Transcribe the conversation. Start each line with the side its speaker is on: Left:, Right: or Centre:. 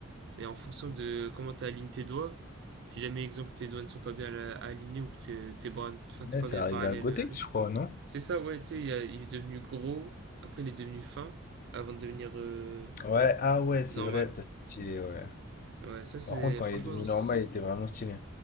Right: C'est en fonction de comment tu alignes tes doigts. Si jamais, exemple, tes doigts ne sont pas bien la- alignés ou que t'es- tes bras, enfin, t'es
Left: Ouais,
Right: pas
Left: c'est
Right: bien
Left: arrivé
Right: parallèle
Left: à Gothx,
Right: euh, à l'autre.
Left: je crois, non?
Right: C'est ça, ouais, tu sais, il, y a- il est devenu gros, après il est devenu fin, avant de devenir euh,
Left: Ouais, ah ouais, c'est
Right: normal.
Left: vrai, t'as c'était stylé, ouais.
Right: Ouais, ça c'est,
Left: Par contre, quand
Right: franchement,
Left: il est devenu
Right: c'est-
Left: normal, il était vraiment stylé.